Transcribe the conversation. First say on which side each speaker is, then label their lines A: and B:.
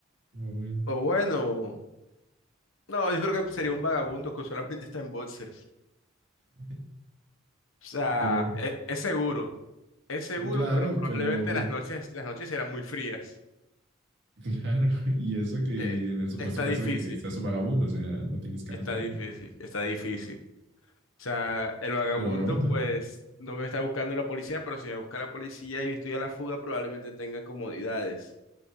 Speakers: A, on the right; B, on the left.
A: Muy bien.
B: o bueno, no, yo creo que sería un vagabundo que solamente está en boxers.
A: <laughs>
B: O sea,
A: Pero
B: e- es, seguro. Es seguro,
A: Claro,
B: pero probablemente
A: pero
B: las noches,
A: <laughs>
B: las noches serán muy frías.
A: claro, y eso que
B: Eh,
A: en el supuesto
B: está
A: caso
B: difícil,
A: de que seas un vagabundo, o sea, no tienes casa,
B: está
A: ni
B: difícil,
A: nada.
B: está difícil. O sea, el vagabundo,
A: pero vagabundo,
B: pues, no me está buscando la policía, pero si me busca la policía y estoy a la fuga, probablemente tenga comodidades.